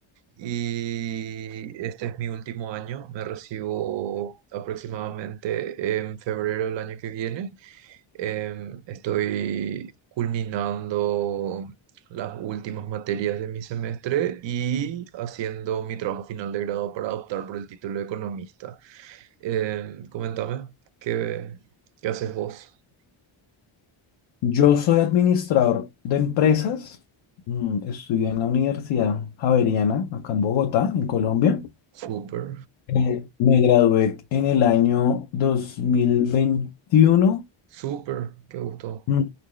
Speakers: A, on the right (about 60°); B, on the left (about 65°).
A: Y este es mi último año, me recibo aproximadamente en febrero del año que viene. Em, estoy culminando las últimas materias de mi semestre y haciendo mi trabajo final de grado para optar por el título de economista. Em, comentame, ¿qué, qué haces vos?
B: Yo soy administrador de empresas. mm, Estudié en la Universidad Javeriana, acá en Bogotá, en Colombia.
A: Súper,
B: Eh, me gradué en el año 2021.
A: súper, qué gusto.
B: Mm,